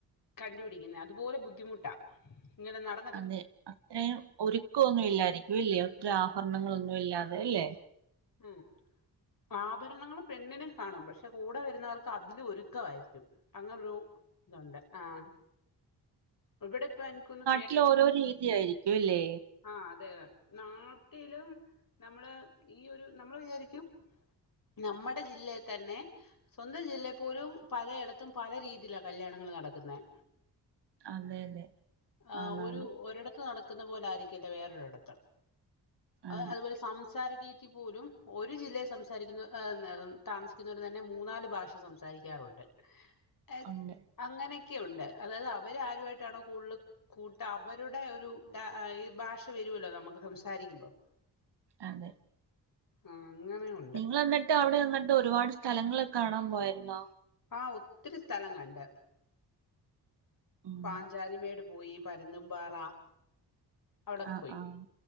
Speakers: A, on the left; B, on the right.
A: കണ്ടുപിടിക്കുന്നെ അതുപോലെ ബുദ്ധിമുട്ടാ ഇങ്ങനെ നട
B: അതെ അത്രയും ഒരുക്കവൊന്നും ഇല്ലായിരിക്കും ഇല്ലേ ഒട്ടും ആഭരണങ്ങളൊന്നും ഇല്ലാതെ അല്ലേ
A: ആഹ് ആഭരണങ്ങള് പെണ്ണിനും കാണും പക്ഷെ കൂടെ വരുന്നവർക്ക് അതില് ഒരുക്കമായിരിക്കും. അങ്ങനെരു ഇതുണ്ട് ആഹ് ഇവിടെപ്പ എനിക്ക് തോന്നു
B: ട്ടില് ഓരോ രീതിയായിരിക്കും അല്ലെ,
A: ആഹ്, അതെ അതെ നാട്ടിലും നമ്മള് ഈ ഒരു നമ്മള് വിചാരിക്കും നമ്മടെ ജില്ലേ തന്നെ സ്വന്തം ജില്ലയിൽ പോലും പലയിടത്തും പല രീതിയിലാണ് കല്ല്യാണങ്ങൾ നടക്കുന്നത്.
B: അതെ, അതെ
A: ആഹ്,
B: ആണാണ്
A: ഒരു ഒരിടത്ത് നടക്കുന്ന പോലെ ആയിരിക്കില്ല വേറൊരിടത്ത്. ആഹ്,
B: ആണ്
A: അതുപോലെ സംസാര രീതി പോലും ഒരു ജില്ലയിൽ സംസാരിക്കുന്ന ഏഹ്, ന്നെ താമസിക്കുന്നവർ തന്നെ മൂന്നാല് ഭാഷ സംസാരിക്കാറുണ്ട്. എ
B: ഉണ്ട്
A: അങ്ങനെയൊക്കെയുണ്ട് അതായത് അവര് ആരുമായിട്ടാണ് കൂടുതൽ കൂട്ട അവരുടെ ഒരു ല അ ഈ ഭാഷ വരൂല്ലോ നമുക്ക് സംസാരിക്കുമ്പം.
B: അതെ
A: ആഹ്, അങ്ങനെ ഉ
B: നിങ്ങൾ എന്നിട്ട് അവിടെ നിന്നിട്ട് ഒരുപാട് സ്ഥലങ്ങള് കാണാൻ പോയിരുന്നോ?
A: ആഹ്, ഒത്തിരി സ്ഥലം കണ്ട്.
B: ഉം
A: പാഞ്ചാലിമേട് പോയി പരുന്നും പാറ അവിടൊക്കെ
B: ആഹ്
A: പോയി,
B: ആഹ്